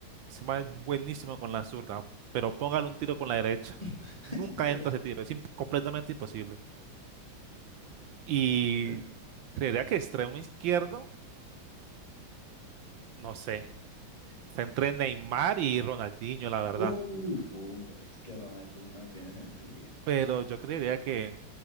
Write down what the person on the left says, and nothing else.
<laughs>
Literal.
literal.
Uf, hombre, es que Ronaldinho no tiene sentido.